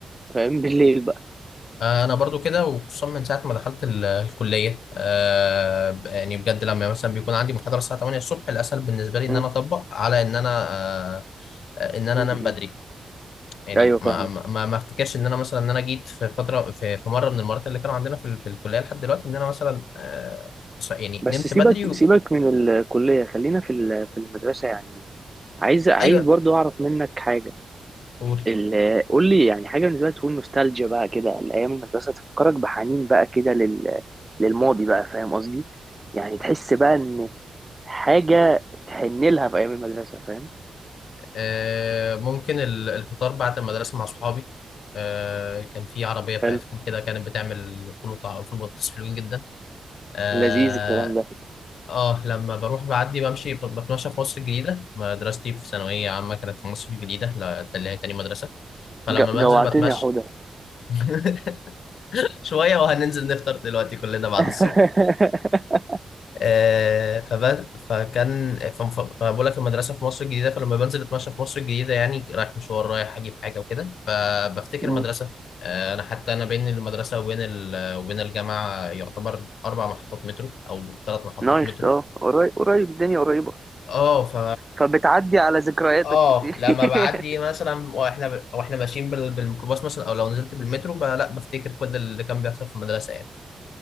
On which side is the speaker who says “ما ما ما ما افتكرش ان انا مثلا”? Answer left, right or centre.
Left